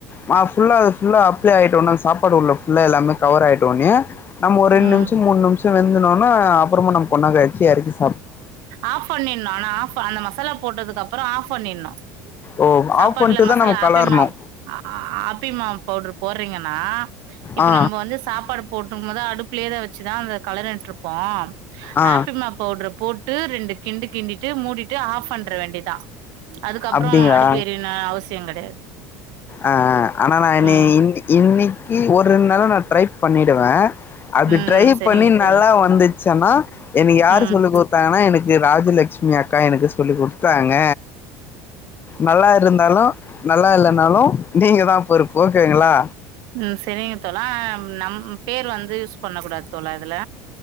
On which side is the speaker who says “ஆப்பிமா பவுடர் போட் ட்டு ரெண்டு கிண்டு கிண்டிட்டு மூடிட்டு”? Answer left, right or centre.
Right